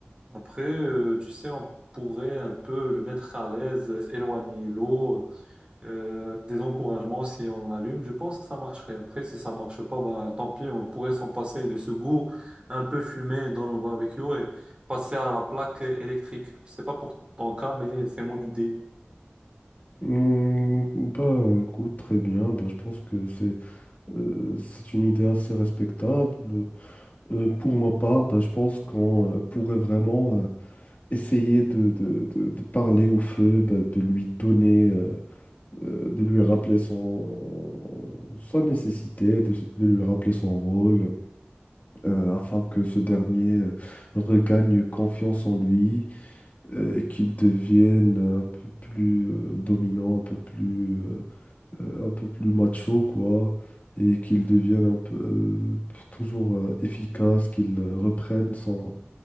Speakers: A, on the right; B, on the left.
A: Après, euh, tu sais, on pourrait un peu le mettre à l'aise, éloigner l'eau. euh, des encouragements si on l'allume. Je pense que ça marcherait. Après, si ça marche pas, bah, tant pis, on pourrait s'en passer de ce goût un peu fumé dans nos barbecues et passer à la plaque électrique. Je sais pas pour ton cas, mais c'est mon idée.
B: Hmm, bah écoute, très bien. Bah, je pense que c'est euh, c'est une idée assez respectable. Euh, pour ma part, ben, je pense qu'on euh, pourrait vraiment euh, essayer de, de- de- de parler au feu, ben, de lui donner, euh, euh, de lui rappeler son, sa nécessité, de, s- de lui rappeler son rôle, euh, afin que ce dernier euh, regagne confiance en lui, euh, et qu'il devienne euh, un peu plus euh, dominant, un peu plus, euh, euh, un peu plus macho, quoi et qu'il devienne un peu euh, toujours euh, efficace, qu'il euh, reprenne son,